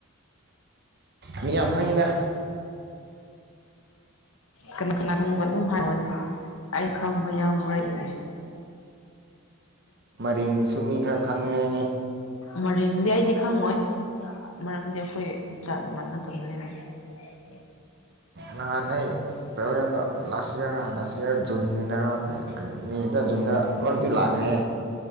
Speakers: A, on the right; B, on the left.
A: ꯃꯤ ꯌꯥꯝ ꯑꯃ ꯈꯪꯉꯤꯗꯥ
B: ꯀꯅꯥ ꯀꯅꯥ ꯈꯪꯕ ꯑꯗꯨꯝ ꯍꯥꯏꯔꯅꯤ ꯑꯩ ꯈꯪꯕ ꯌꯥꯎꯕ꯭ꯔꯥ ꯑꯩ
A: ꯃꯔꯤꯡꯁꯨ ꯃꯤ ꯈꯔ ꯈꯪꯉꯦ
B: ꯃꯔꯤꯡꯗꯤ ꯑꯩꯗꯤ ꯈꯪꯉꯣꯏ ꯃꯔꯝꯗꯤ ꯑꯩꯈꯣꯏ ꯆꯥꯠ ꯃꯅ ꯇꯃꯤꯅꯤꯅ ꯑꯗꯨꯗ
A: ꯅꯍꯥꯟ ꯑꯩ ꯄꯦꯣꯂꯦꯟꯗ ꯂꯥꯁ ꯏꯌꯥꯔ ꯂꯥꯁ ꯏꯌꯥꯔ ꯖꯨꯟꯗ ꯀ ꯀꯔꯤ ꯃꯦꯗ ꯖꯨꯟꯗꯔ ꯃꯔꯣꯏꯗꯤ ꯂꯥꯛꯈ꯭ꯔꯦ